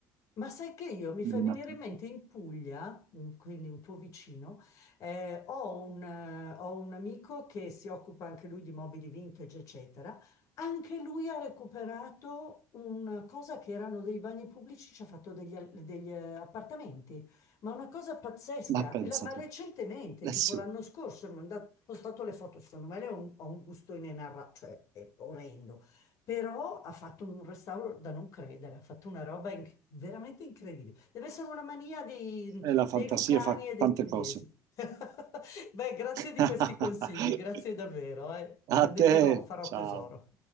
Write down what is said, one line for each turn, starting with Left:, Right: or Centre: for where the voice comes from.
Left: Ma sai che io mi
Right: nei
Left: fai venire
Right: mattoni.
Left: in mente in Puglia, mm, quindi un tuo vicino, eh, ho un, eh, ho un amico che si occupa anche lui di mobili vintage, eccetera. Anche lui ha recuperato una cosa che erano dei bagni pubblici, ci ha fatto degli, al- degli, eh, appartamenti, ma una cosa pazzesca.
Right: Ma pensa
Left: E la- ma
Right: tu,
Left: recentemente,
Right: eh
Left: tipo
Right: sì.
Left: l'anno scorso, mi ha mandato- postato le foto, secondo me lei ha un, ha un gusto inenarrabile, cioè è orrendo però ha fatto un restauro da non credere, ha fatto una roba inc- veramente incredibile. Deve essere una mania dei,
Right: E la
Left: dei
Right: fantasia
Left: lucani
Right: fa
Left: e dei
Right: tante
Left: pugliesi.
Right: cose.
Left: <laughs> Beh, grazie
Right: <laughs>
Left: di questi consigli, grazie davvero, eh. Se
Right: A
Left: ne
Right: te,
Left: terrò, farò
Right: ciao.
Left: tesoro.